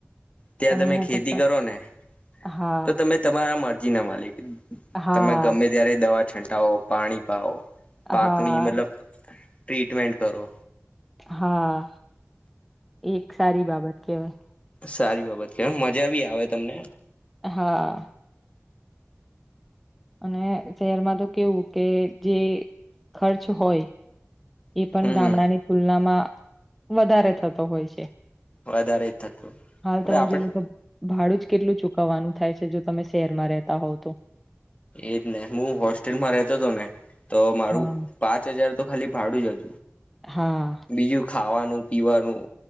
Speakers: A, on the left; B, in the centre.
A: ત્યાં
B: અને
A: તમે
B: અહિયાં
A: ખેતી
B: તો
A: કરો ને
B: હા
A: તો તમે તમારા મરજી ના માલિક
B: હા
A: તમે ગમે ત્યારે દવા છંટાવો પાણી પાઓ પાકની
B: હા
A: મતલબ ટ્રીટમન્ટન્ટ કરો
B: હા એક સારી બાબત કેવાય
A: સારી બાબત કે મજા બી આવે તમને
B: હા અને શહરમાં તો કેવું કે જે ખર્ચ હોય એ
A: હમ
B: પણ ગામડાની
A: હમ
B: તુલનામાં વધારે થતો હોય છે
A: વધારે જ થતું
B: હાલ
A: હવે
B: તમે
A: આપડે
B: જોઈ લો તો ભાડું જ કેટલું ચુકવવાનું થાય છે જો તમે શહેરમાં રહેતા હોવ તો
A: એજ ને હું હોસ્ટેલમાં રહેતો હતો ને તો મારું
B: હા.
A: પાંચ હજાર તો ખાલી ભાડું જ હતું
B: હા
A: બીજું ખાવાનું પીવાનું